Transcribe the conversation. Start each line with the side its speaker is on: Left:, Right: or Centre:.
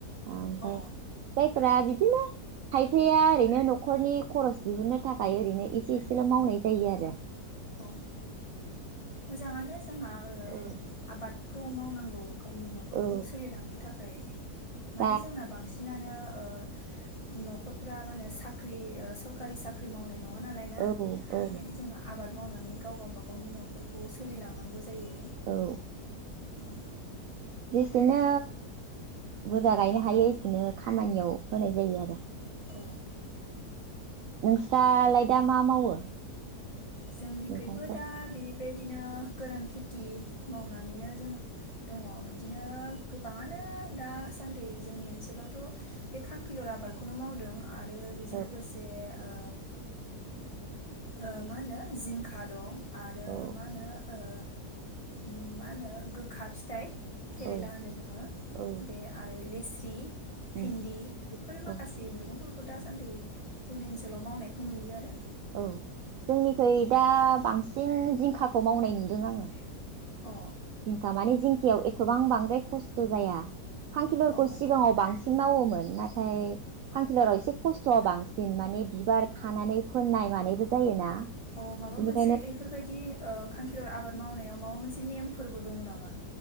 Right: आ ओमफ्राय
Left: औ अ
Right: जा फोरा बिदिनो खायफाया ओरैनो न'खरनि खरस दिहुनो थाखाय ओरैनो एसे एसेल' मावनाय जायो आरो ।
Left: औ मोजाङानो जोंहा ओ
Right: ओमफ्राय
Left: आबाद खौ मावनांगौ गावनि न'खरखौ
Right: औ
Left: सोलिलांनो थाखाय माने
Right: दा
Left: जोंना बांसिनानो ओ न'खरफोरा माने साख्रि ओ सरकारि साख्रि मावनाय न नङा नालाय ना
Right: औ
Left: बेनिखायनो
Right: औ
Left: जोंङो आबाद मावनानै गाव गावबाागावनि न'खरखौ सोलिलांनांगौ जायो
Right: औ
Left: औ
Right: जेसेनो बुरजा गायनो हायो एसेनो खामानियाव होनाय जायो आरो ।
Left: औ
Right: नोंस्रालाय दा मा मावो?
Left: जोंनिखैबो
Right: मैगंफोर
Left: दा बेबाय बिदिनो गोरान खेथि मावनानैनो जों दङ बिदिनो गोबाङानो दासान्दि जोंनि ओनसोलावथ' बे खांखिलुर आबादखौनो मावदों। आरो बेजों
Right: औ
Left: लोगोसे ओ ओ मा होनो जिंखा दं। आरो
Right: औ
Left: मा होनो ओ उम मा होनो गोखा फिथाइ केरेला
Right: औ
Left: होनो जोङो
Right: औ
Left: बे आरो लेस थि।
Right: उम
Left: भिन्दि बेफोर माखासे
Right: औ
Left: मैगंफोरखौ दा सान्दि जोंनि ओनसोलाव मावनायखौ नुयो आरो।
Right: औ जोंनिखै दा बांसि सिन जिंखाखौ मावनाय नुदों आङो।
Left: अ
Right: जिंखा माने जिंकियाव गोबां बांद्राय खस्थ जाया। फांखिलारखौ
Left: अ
Right: सिगाङाव बां सिन मावोमोन नाथाय थांखिलाराव एसे खस्थ बांसिन माने बिबार खानानै फोननाय मानायबो जायोना।
Left: अ माबामोनसे
Right: बेनिखायनो
Left: एफोरबायदि ओ खांखि लर आबाद मावनायाव माबा मोनसे नेमफोरबो दङ नामा?